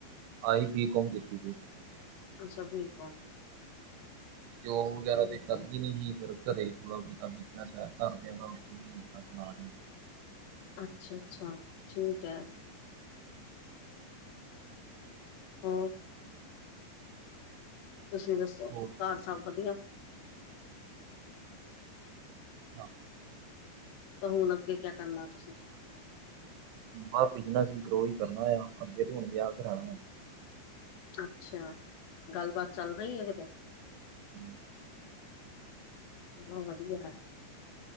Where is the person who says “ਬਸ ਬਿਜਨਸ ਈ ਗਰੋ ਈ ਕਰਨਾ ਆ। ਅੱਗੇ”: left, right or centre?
Right